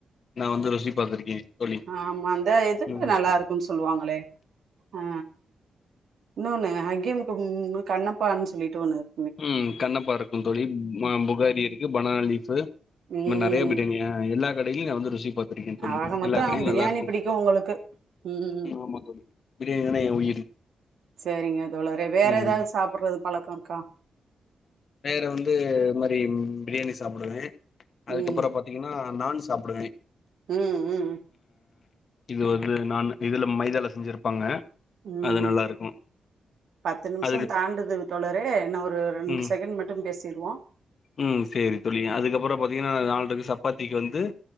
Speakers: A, on the left (about 55°); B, on the right (about 75°).
A: நா வந்து ருசி பாத்திருக்கே தோழி
B: ஆமா அந்த இது
A: ம்
B: நல்லா இருக்குன் சொல்லுவாங்களே அ இன்னொன்னு ஹக்கிம்குமு கண்ணப்பான் சொல்லிட்டு ஒண்ணு இரு
A: ம் கண்ணப்பாருக்கு தோழி ம புகாரி இருக்கு பனா லீப்பு இந்
B: ம்
A: மார் நெறைய பிரியாணி ஆ எல்லா கடை டெய்லியு நா வந்து ருசி பாத்திருக்கே தோழி
B: ஆக மொத்தோ
A: எல்லா கடையு
B: பிரியாணி
A: நல்லா இருக்கு
B: பிடிக்கு உங்களுக்கு ம்
A: ஆமா தோழி பிரியாணினா எ உயிர்
B: செரிங்க தோழரே வேற
A: ம்
B: ஏதாவது சாப்றது பழக்கோ கா
A: வேற வந்து இந்த மாரி பிரியாணி சாப்டுவே அதுக்கப்புறோ
B: ம்
A: பாத்தீங்கனா நான் சாப்டுவே
B: ம் ம்
A: இது வந்து நான்னு இதுல மைதால செஞ்சிருப்பாங்க
B: ம்
A: அது நல்லா இருக்கு
B: பத்து நிமிஷோ
A: அதுக்கு
B: தாண்டுறது தோழரே என்ன ஒரு ரெண்டு
A: ம்
B: செகண்ட் மட்டு பேசிருவோ
A: ம் சேரி தோழி அதுக்கப்புறோ பாத்தீங்கனா நால்ரக்கு ச ப்பாத்திக்கு வந்து